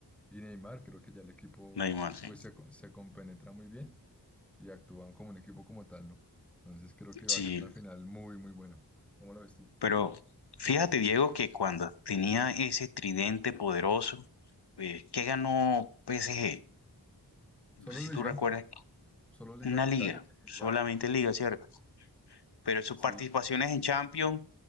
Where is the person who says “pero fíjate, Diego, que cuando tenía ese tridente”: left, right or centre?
Left